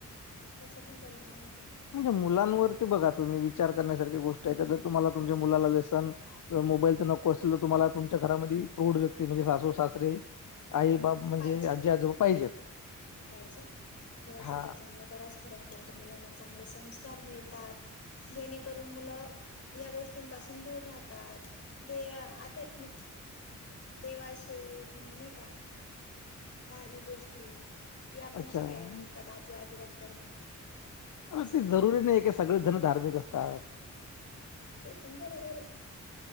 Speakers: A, on the left; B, on the left.
A: त्याचा पण परिणाम हो
B: म्हणजे मुलांवरती बघा तुम्ही विचार करण्यासारखी गोष्ट आहे का ज तुम्हाला तुमच्या मुलाला व्यसन, मोबाईलचं नको असलेलं तुम्हाला तुमच्या घरामध्ये प्रौढ व्यक्ती म्हणजे सासू सास सरे आई बाब म्हणजे
A: पाहिजे
B: आजी-आजोबा पाहिजेच.
A: पाहिजे, खरच
B: हा
A: आहे त्याच्यामुळे बराच फरक पडतो मुलांना चांगले संस्कार मिळतात, जेणेकरून मुलं या गोष्टींपासून दूर राहतात, दे आध्यात्मिक देवाशय नाय का धार्मिक गोष्टी, यापण
B: अच्छा
A: शिकायला मिळतात आजी आजोबांकडनं. असं
B: ते जरुरी नाही का सगळेच जण धार्मिक असतात.
A: ते पण बरोबर आहे.